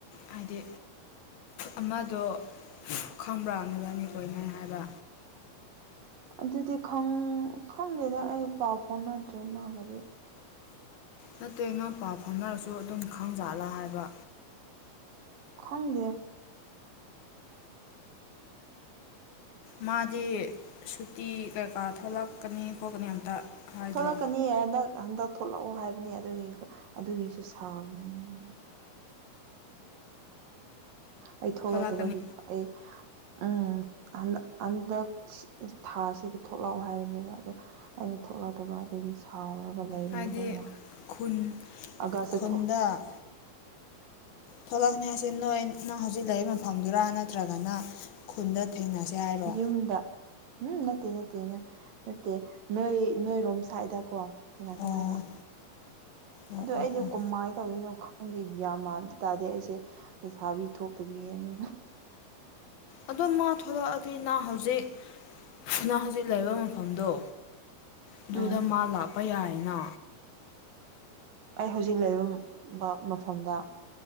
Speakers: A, on the left; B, on the right.
A: ꯍꯥꯏꯗꯤ ꯑꯃꯗꯣ ꯈꯪꯕ꯭ꯔꯥ ꯅꯣꯏꯕꯅꯤ ꯀꯣꯏꯅꯩ ꯍꯥꯏꯕ
B: ꯑꯗꯨꯗꯤ ꯈꯪ ꯈꯪꯗꯦꯗ ꯑꯩ ꯄꯥꯎ ꯐꯥꯎꯅꯗ꯭ꯔꯦ ꯃꯥꯒꯗꯤ
A: ꯅꯠꯇꯦ ꯅꯪ ꯄꯥꯎ ꯐꯥꯎꯅꯔꯁꯨ ꯑꯗꯨꯝ ꯈꯪ ꯖꯥꯠꯂꯥ ꯍꯥꯏꯕ
B: ꯈꯪꯗꯦ
A: ꯃꯥꯗꯤ ꯁꯨꯇꯤ ꯀꯩꯀꯥ ꯊꯣꯛꯂꯛꯀꯅꯤ ꯈꯣꯠꯀꯅꯤ ꯑꯝꯇ ꯍꯥꯏꯗ꯭ꯔꯣ
B: ꯊꯣꯛꯂꯛꯀꯅꯤ ꯍꯟꯗꯛ ꯍꯟꯗꯛ ꯊꯂꯛꯑꯣ ꯍꯥꯏꯕꯅꯦ ꯑꯗꯨꯒꯤ ꯑꯗꯨꯒꯤꯁꯨ ꯁꯥꯎꯔꯤꯅꯦ ꯑꯩꯉꯣꯟꯅ ꯑꯩ ꯊꯣꯛꯂꯛꯇꯕꯒꯤꯀꯣ
A: ꯊꯣꯛꯂꯛꯀꯅꯤ
B: ꯑꯩ ꯎꯝ ꯍꯟ ꯍꯟꯗꯛ ꯊꯥꯁꯤꯗ ꯊꯣꯛꯂꯛꯑꯣ ꯍꯥꯏꯕꯅꯦꯕ ꯑꯗꯣ ꯑꯩꯅ ꯊꯣꯛꯂꯛꯇꯕ ꯑꯗꯒꯤ ꯁꯥꯎꯔꯒ ꯂꯩꯕꯅꯦꯕ
A: ꯍꯥꯏꯗꯤ
B: ꯑꯃ
A: ꯈꯨꯟ
B: ꯑꯒꯥ ꯆꯠꯊꯣꯛ
A: ꯈꯨꯟꯗ ꯊꯣꯛꯂꯛꯀꯅꯤ ꯍꯥꯏꯁꯦ ꯅꯣꯏ ꯅꯪ ꯍꯧꯖꯤꯛ ꯂꯩ ꯃꯐꯝꯗꯨꯔꯥ ꯅꯠꯇ꯭ꯔꯒꯅ ꯈꯨꯟꯗ ꯊꯦꯡꯅꯁꯦ ꯍꯥꯏꯔꯣ
B: ꯗ ꯎꯝ ꯅꯠꯇ ꯅꯠꯇ ꯅꯠꯇꯦ ꯅꯣꯏ ꯅꯣꯏꯔꯣꯝ ꯁ꯭ꯋꯥꯏꯗ ꯀꯣ ꯊꯦꯡꯅꯁꯤ
A: ꯑꯣ
B: ꯍꯥꯏꯕ
A: ꯑꯣ
B: ꯑꯗꯨꯗ
A: ꯑꯣ
B: ꯑꯩꯁꯣ
A: ꯑꯣ
B: ꯀꯃꯥꯏꯅ ꯇꯧꯗꯣꯏꯅꯣ ꯈꯪꯗꯦ ꯌꯥꯝ꯭ꯃꯇ ꯇꯥꯗꯦ ꯑꯩꯁꯦ ꯁꯥꯥꯕꯤ ꯊꯣꯇꯕꯤꯅꯤ
A: ꯑꯗꯨꯝ ꯃꯥ ꯊꯣꯛꯂꯛꯑꯗꯤ ꯅ ꯍꯧꯖꯤꯛ ꯁꯤꯅ ꯍꯧꯖꯤꯛ ꯂꯩꯕ ꯃꯐꯝꯗꯣ ꯑꯗꯨꯗ
B: ꯎꯝ
A: ꯃꯥ ꯂꯥꯛꯄ ꯌꯥꯏꯅ
B: ꯑꯩ ꯍꯧꯖꯤꯛ ꯂꯩꯕ ꯃ ꯃꯐꯝꯗ